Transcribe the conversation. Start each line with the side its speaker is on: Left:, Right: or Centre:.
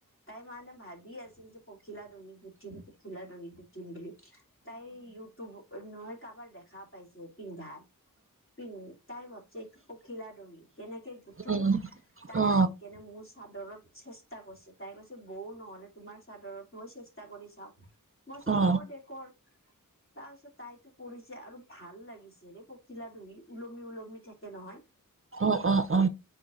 Left: তাই মানে ভাবি আছিল যে পখিলা দহি বুদ্ধি খিলা দহি গুঠিম বুলি তাই ইউটিউব নহয় কাৰোবাৰ দেখা পাইছে পিন্ধা। পিন তাই ভাবছে এইটো পখিলা দহি কেনেকে গুঠে
Right: উম
Left: তাই
Right: অ
Left: আহি কেনে মোৰ চাদৰত চেষ্টা কৰিছে তাই কৈছে বৌ নহ'লে তোমাৰ চাদৰত মই চেষ্টা কৰি চাওঁ। মই চ
Right: অ
Left: হ'ব দে কৰ তাৰ পিছত তাইতো কৰিছে আৰু ভাল লাগিছে ৰে পখিলা ধহি ওলমি-ওলমি থাকে নহয়।
Right: অ'- অ'- অ'।